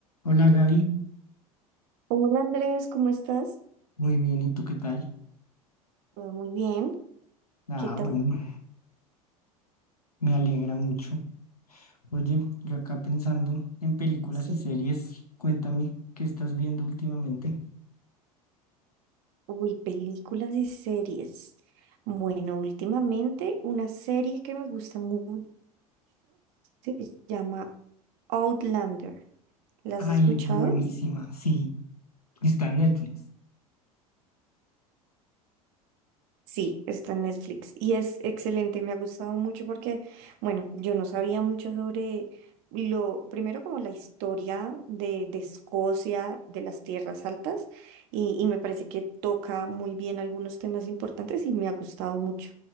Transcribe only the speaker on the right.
Hola Andrés, ¿cómo estás?
Todo muy bien.
¿Qué tal?
Sí.
Uy, películas y series. Bueno, últimamente una serie que me gusta mucho se llama Outlander. ¿La
has escuchado?
Sí, está en Netflix y es excelente, me ha gustado mucho porque, bueno, yo no sabía mucho sobre lo, primero como la historia de, de Escocia, de las tierras altas y, y me parece que toca muy bien algunos temas importantes y me ha gustado mucho.